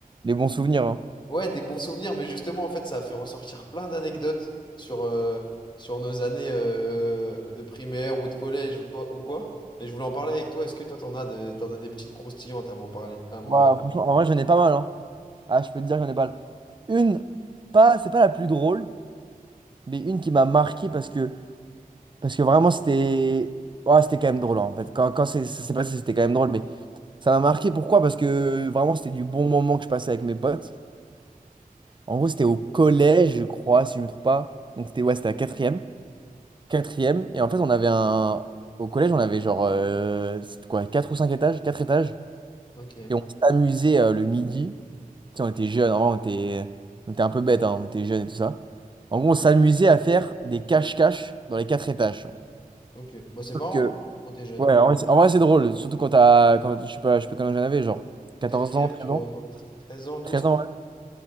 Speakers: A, on the right; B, on the left.
A: Les bons souvenirs. hein.
B: Ouais, des bons souvenirs, mais justement, en fait, ça a fait ressortir plein d'anecdotes sur, euh, sur nos années euh, de primaire ou de collège ou, toi, ou quoi. Et je voulais en parler avec toi. Est-ce que toi, t'en as, de- t'en as des petites croustillantes à m'en parler? À moi.
A: Bah, franchement, en vrai, j'en ai pas mal. hein. Ah, je peux te dire, j'en ai pas mal. Une, pas, c'est pas la plus drôle, mais une qui m'a marqué parce que, parce que vraiment, c'était. Ouais, c'était quand même drôle, en fait. Quand, quand c'est- ça s'est passé, c'était quand même drôle, mais ça m'a marqué. Pourquoi? Parce que vraiment, c'était du bon moment que je passais avec mes potes. En gros, c'était au collège, je crois, si je me trompe pas. Donc, c'était ouais, c'était la quatrième. Quatrième. Et en fait, on avait un. Au collège, on avait genre. euh, c'était quoi? Quatre ou cinq étages? Quatre étages.
B: Ok,
A: Et on s'amusait euh, le midi. Tu sais, on était jeunes, avant, on était, on était un peu bêtes, hein, on était jeunes et tout ça. En gros, on s'amusait à faire des cache-cache dans les quatre étages. tu
B: ok. Bon, c'est
A: Sauf
B: marrant
A: que,
B: quand t'es jeune.
A: ouais, en vrai, c'est en vrai, c'est drôle, surtout quand t'as, quand, je sais pas, je sais pas quand j'en avais, genre 14
B: Quatrième,
A: ans, 13
B: tu dois
A: ans,
B: avoir tre- 13 ans, douze
A: 13 ans, ouais,